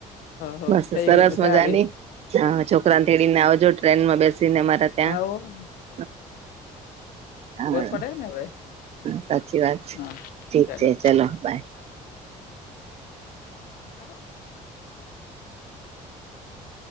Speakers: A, on the left; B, on the right.
A: હો
B: બસ
A: થઈ
B: સરસ
A: ગઈ મજા
B: મજાની
A: આવી
B: હા છોકરાને થડીને આવજો ટ્રેનમાં બેસી ને મારા ત્યાં
A: હ
B: હ હ હ
A: પડે ને હવે
B: સાચી વાત
A: હા
B: છે
A: ચાલો
B: ઠીક છે ચાલ ચલો બાય
A: હ